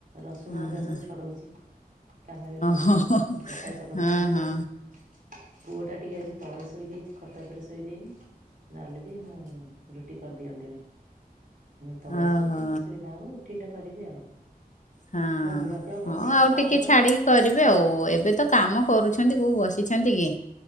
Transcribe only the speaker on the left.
ଓ
ହୋ
ହଁ
ହଁ
ହଁ
ଓହୋ
ହଁ।
ହଁ, ଆଉ
ଟିକେ
ଛାଡିକି
କରିବେ ଆଉ, ଏବେ ତ କାମ କରୁଛନ୍ତି କୋଉ ବସିଛନ୍ତି କି?